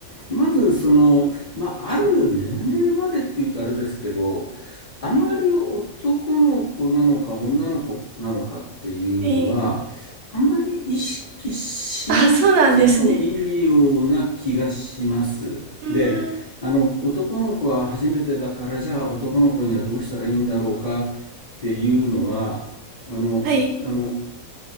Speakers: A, on the left; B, on the right.
A: まずその、まあ、ある年齢までって言うとあれですけど、あまり男の子なのか女の子なのかっていうのは、
B: い。えー
A: あまり意識しなくてもいいような気がします。
B: あ、そうなんですね。うーん、
A: で、あの、男の子は初めてだから、じゃあ男の子にはどうしたらいいんだろうかっていうのは、あの、
B: はい。
A: あの、